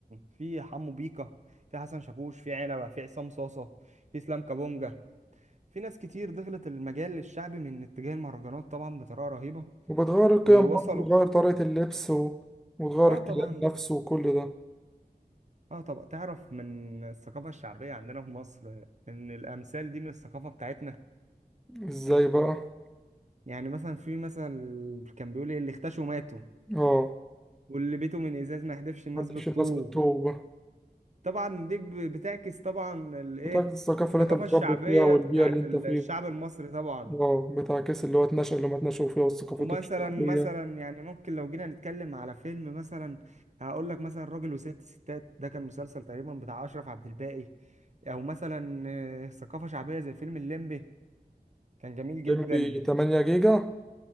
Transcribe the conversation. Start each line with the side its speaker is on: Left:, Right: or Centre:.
Right: في حمو بيكا في حسن شاكوش في عنبه في عصام صاصه في اسلام كابونجا في ناس كتير دخلت المجال الشعبي من اتجاه المهرجانات طبعا بطريقه رهيبه
Centre: وبتغير القيم
Right: ووصلوا
Centre: برضه بتغير طريقة اللبس و... وتغير
Right: اه
Centre: الكلام
Right: طبعا
Centre: نفسه وكل ده
Right: اه طبعا تعرف من الثقافة الشعبية عندنا في مصر ان الامثال دي من الثقافة بتاعتنا
Centre: ازاي بقى؟
Right: يعني مثلا في مثل كان بيقول إيه، اللي اختشوا ماتوا
Centre: اه
Right: واللي بيته من ازاز ما يحدفش الناس
Centre: محدش
Right: بالطوب
Centre: الناس بالتوبة
Right: طبعا دي ب- بتعكس طبعا الايه
Centre: بتعكس الثقافة
Right: الثقافة
Centre: اللي انت متربي
Right: الشعبية
Centre: فيها والبيئة
Right: بتاعت
Centre: اللي انت
Right: ال-
Centre: فيها
Right: الشعب المصري طبعا
Centre: اه بتاع كاس اللي هو اتنشأ اللي ما اتنشأوا فيها وثقافته
Right: ومثلا
Centre: مش شعبية
Right: مثلا يعني ممكن لو جينا نتكلم على فيلم مثلا هقول لك مثلا راجل وست ستات ده كان مسلسل تقريبا بتاع اشرف عبد الباقي او مثلا آه، ثقافة شعبية زي فيلم الليمبي كان جميل جدا
Centre: جنبي 8 جيجا